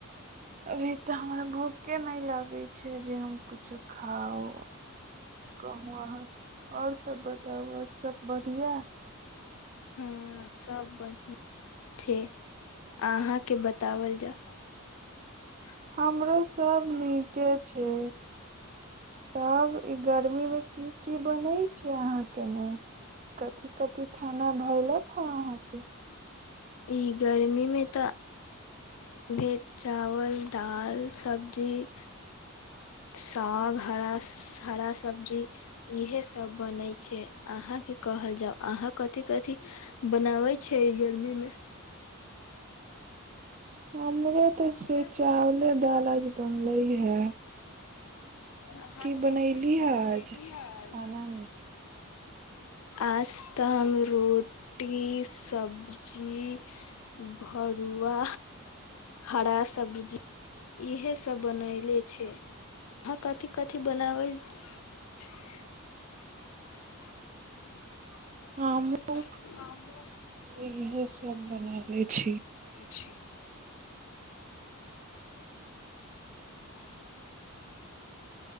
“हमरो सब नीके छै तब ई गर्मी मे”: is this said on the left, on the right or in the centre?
Right